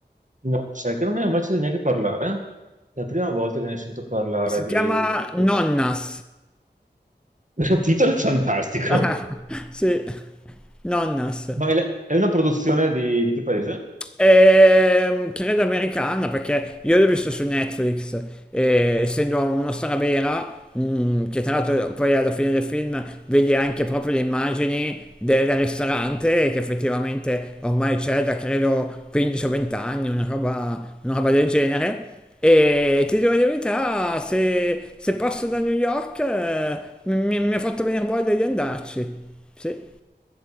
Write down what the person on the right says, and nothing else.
No, sai che non ne ho mai sentito neanche parlare. È la prima volta che ne sento parlare
di,
di questo.
<laughs> Il titolo è fantastico.
Ma è, la- è una produzione di, di che paese?